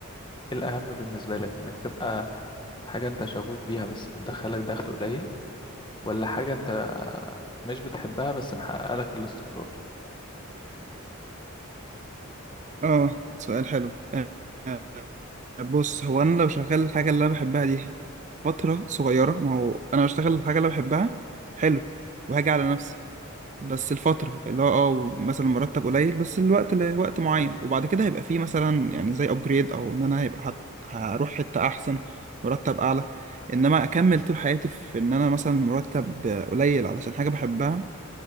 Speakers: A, on the left; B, on the right.
A: ايه الأهم بالنسبة لك انك تبقى حاجة انت شغوف بيها بس بتدخلك دخل قليل ولا حاجة انت مش بتحبها بس محقق لك الاستقرار
B: اه سؤال حلو آه، آه، بص هو انا لو شغال الحاجه اللي انا بحبها دي فتره صغيره ما هو انا بشتغل الحاجه اللي أنا بحبها حلو وهاجي على نفسي بس الفترة اللي هو اه مثلا المرتب قليل بس الوقت لوقت معين وبعد كده هيبقى فيه مثلا يعني زي ابجريد او ان انا هيبقى هت- هروح حتة احسن مرتب اعلى انما اكمل طول حياتي في ان انا مثلا مرتب قليل علشان حاجة بحبها